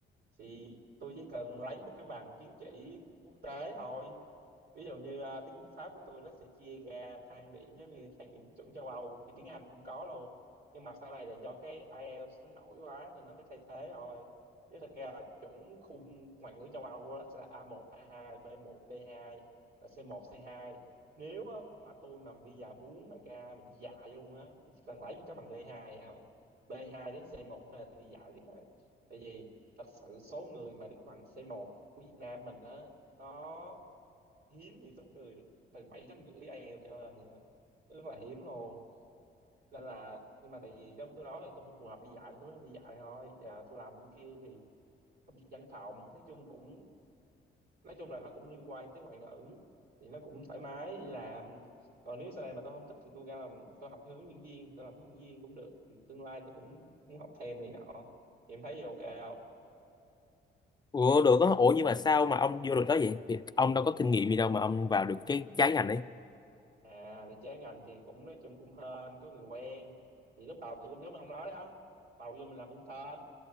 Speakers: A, on the right; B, on the left.
A: thì tôi chỉ cần lấy một cái bằng chứng chỉ quốc tế thôi ví dụ như à, tiếng Pháp của tôi nó sẽ chia ra thang điểm giống như thang điểm chuẩn châu Âu thì tiếng Anh cũng có luôn nhưng mà sau này là do cái IELTS nó nổi quá nên nó mới thay thế rồi chứ thật ra là chuẩn khung ngoại ngữ châu Âu đó sẽ là A1, A2, B1, B2 và C1, C2 nếu á, mà tôi mà bây giờ muốn mà ra mình đi dạy luôn á thì chỉ cần lấy một cái bằng B2 thôi B2 đến C1 hay là tôi đi dạy thì phải tại vì thật sự số người mà được bằng C1 của Việt Nam mình á nó hiếm thì số người từ bảy chấm rưỡi IELTS trở lên vậy đó. rất là hiếm luôn nên là nhưng mà tại vì giống tôi nói là tôi không phù hợp đi dạy nên tôi mới không đi dạy thôi và tôi làm bên kia thì công việc văn phòng nói chung cũng nói chung là nó cũng liên quan tới ngoại ngữ thì nó cũng thoải mái đi làm còn nếu sau này mà tôi không thích thì tôi ra làm tôi học theo hướng dẫn viên tôi làm hướng dẫn viên cũng được thì tương lai tôi cũng muốn học thêm này nọ thì em thấy gì ok không
B: Ủa được á, ủa nhưng mà sao mà ông vô được đó vậy? Thì ông đâu có kinh nghiệm gì đâu mà ông vào được cái trái ngành ấy.
A: à về trái ngành thì cũng nói chung cũng hên có người quen thì lúc đầu tôi cũng giống ông nói đó đầu vô mình làm intern